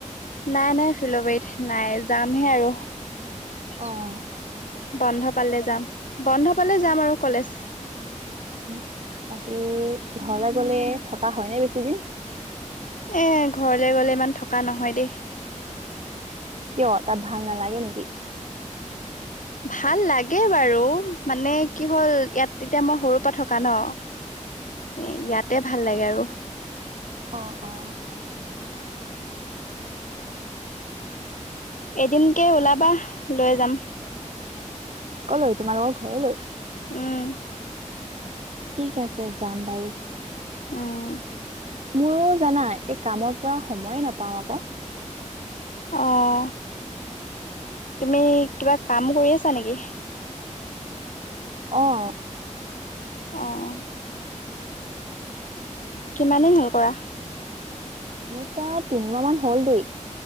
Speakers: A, on the left; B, on the right.
A: নাই নাই ফিলবাৰত নাই যামহে আৰু।
B: অঁ।
A: বন্ধ পালে যাম বন্ধ পালে যাম আৰু কলেজ।
B: উম। বাকী ঘৰলৈ গলে থকা হয় ন বেছিদিন?
A: এ ঘৰলে গলে ইমান থকা নহয় দেই।
B: কিয় তাত ভাাল নালাগে নেকি?
A: ভাল লাগে বাৰু মানে কি হ'ল ইয়াত তেতিয়া মই সৰু পৰা থকা ন? এ ইয়াতে ভাল লাগে আৰু।
B: অঁ, অঁ।
A: এদিনকে ওলাবা লৈ যাম।
B: কলৈ তোমাৰলোকৰ ঘৰলৈ?
A: উম।
B: ঠিক আছে যাম বাৰু।
A: উম।
B: মোৰো জানা এই কামৰ পৰা সময়ে নাপাওঁ আকৌ।
A: অঁ, তুমি কিবা কাম কৰি আছা নেকি?
B: অঁ।
A: অঁ অঁ। কিমান দিন হ'ল কৰা?
B: মোৰ তাত তিনিমাহ মান হ'ল দেই।